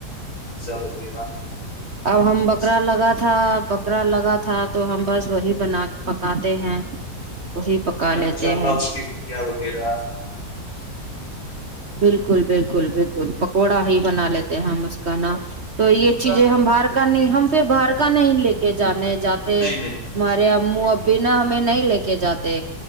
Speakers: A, on the left (about 60°); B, on the right (about 40°).
A: پیزا وغیرہ ہے
B: اب
A: موموز
B: ہم بکرا
A: ہے
B: لگا تھا پکرا لگا تھا تو ہم بس وہی بنا پکاتے ہیں وہی پکا
A: ہاں
B: لیتے
A: انشاءلہ
B: ہیں
A: اس کی ٹکیا وغیرہ
B: بالکل بالکل بالکل پکوڑا ہی بنا لیتے ہیں ہم اس کا نا تو یہ
A: نہیں
B: چیزیں ہم باہر کا نہیں ہم پھر باہر کا نہیں لے کے جانے جاتے
A: نہیں
B: مارے امو ابی ہمیں نہیں لے کے جاتے